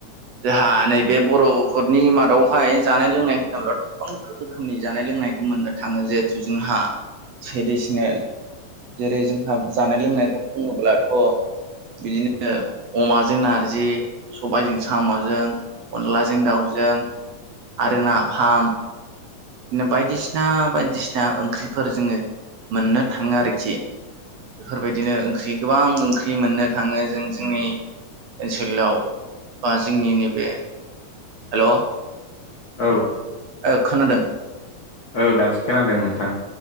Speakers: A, on the right (about 70°); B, on the left (about 90°).
A: जोंहा नैबे बर'फोरनि मादावहाय जानाय लोंनाय होनोब्लाथ' गोबां रोखोमनि जानाय लोंनायखौ मोननो थाङो जिहेथु जोंहा ट्रेडिसनेल जेरै जोंहा जानाय लोंनायखौ बुङोब्लाथ' बिदिनो अमाजों नारजि सबायजों साम'जों अनलाजों दाउजों आरो नाफाम बि बायदिसिना बायदिसिना ओंख्रिफोर जोङो मोननो थाङो आरोखि। बेफोरबायदिनो ओंख्रि गोबां ओंख्रि मोननो थाङो जों जोंनि ओनसोलाव बा जोंनि नैबे हेल'
B: औ
A: ओ खोनादों?
B: औ दासो खोनादों नोंथां।